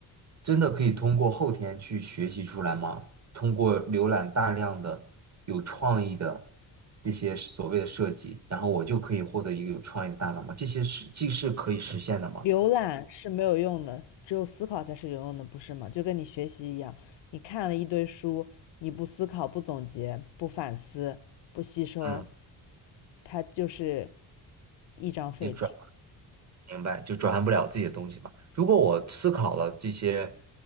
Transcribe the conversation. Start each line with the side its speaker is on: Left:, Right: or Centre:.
Right: 真的可以通过后天去学习出来吗？通过浏览大量的有创意的这些所谓的设计，然后我就可以获得一个有创意的大脑吗？这些是既是可以实现的吗？
Left: 浏览是没有用的，只有思考才是有用的，不是吗？就跟你学习一样，你看了一堆书，你不思考、不总结、不反思、不吸收，
Right: 嗯。
Left: 它就是一张废纸。
Right: 你转。明白，就转换不了自己的东西嘛。如果我思考了这些，